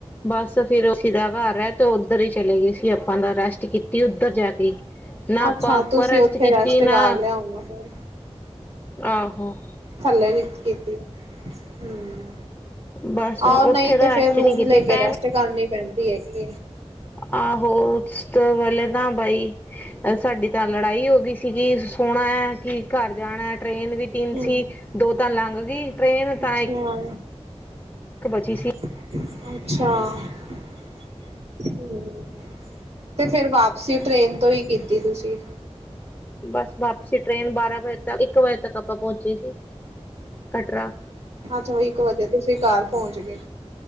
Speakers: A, on the left; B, on the right.
A: ਬਸ ਫਿਰ ਉਸੀ ਦਾ ਘਰ ਐ, ਤੇ ਉੱਧਰ ਹੀ ਚਲੇ ਗਏ ਸੀ ਆਪਾਂ ਦਾ ਰੈਸਟ ਕੀਤੀ ਉੱਧਰ ਜਾ ਕੇ। ਨਾ ਆਪਾਂ
B: ਅੱਛਾ
A: ਆਪਾਂ
B: ਤੁਸੀਂ
A: ਰੈਸਟ
B: ਉੱਥੇ
A: ਕੀਤੀ
B: ਕਰ
A: ਨਾ,
B: ਲਿਆ ਹੋਣਾ ਫਿਰ
A: ਆਹੋ।
B: ਥੱਲੇ ਕੀਤੀ, ਹੂੰ।
A: ਬਸ
B: ਆਹੋ,
A: ਉੱਥੇ
B: ਨਹੀਂ ਤੇ
A: ਤਾਂ
B: ਫੇਰ
A: ਰੈਸਟ
B: ਰੂਮ
A: ਨਹੀਂ ਕੀਤੀ
B: ਲੈ ਕੇ
A: ਟਾਈਮ
B: ਰੈਸਟ ਕਰਨੀ ਪੈਂਦੀ ਹੈਗੀ ਐਂ।
A: ਆਹੋ, ਉਸ ਤੇ ਵੇਲੇ ਤਾਂ ਬਾਈ ਅ ਸਾਡੀ ਤਾਂ ਲੜਾਈ ਹੋ ਗਈ, ਸੀਗੀ ਸੋਣਾ ਐ। ਕੀ ਘਰ ਜਾਣਾ ਟ੍ਰੇਨ ਵੀ ਤਿੰਨ
B: ਹਮ
A: ਸੀ, ਦੋ ਤਾਂ ਲੰਘ ਗਈ, ਟ੍ਰੇਨ ਤਾਂ
B: ਅੱਛਾ
A: ਇਕ ਬਚੀ ਸੀ।
B: ਅੱਛਾ ਹੂੰ, ਤੇ ਫੇਰ ਵਾਪਸੀ ਟ੍ਰੇਨ ਤੋਂ ਹੀ ਕੀਤੀ ਤੁਸੀਂ।
A: ਬਸ ਵਾਪਸੀ ਟ੍ਰੇਨ ਬਾਰਾਂ ਵਜੇ ਤੱਕ, ਇੱਕ ਵਜੇ ਤੱਕ ਆਪਾਂ ਪਹੁੰਚੇ ਸੀ, ਕਟ
B: ਅੱਛਾ, ਬਾਈ ਇੱਕ ਵਜੇ ਤੁਸੀਂ ਘਰ ਪਹੁੰਚ ਗਏ।